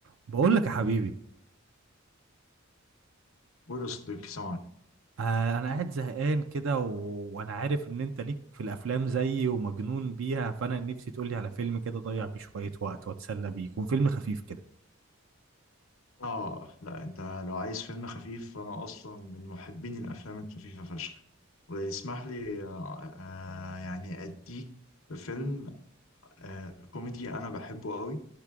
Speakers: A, on the right; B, on the left.
A: بقول لك يا حبيبي
B: بولو صديقي سامعك
A: آه انا قاعد زهقان كده و... وانا عارف ان انت ليك في الافلام زيي ومجنون بيها فانا نفسي تقولي على فيلم كده ضيع بيه شوية وقت واتسلى بيه يكون فيلم خفيف كده
B: اه لا انت لو عايز فيلم خفيف فانا اصلا من محبين الافلام الخفيفه فشخ واسمح لي آه آه، يعني اديك فيلم آه كوميدي انا بحبه قوي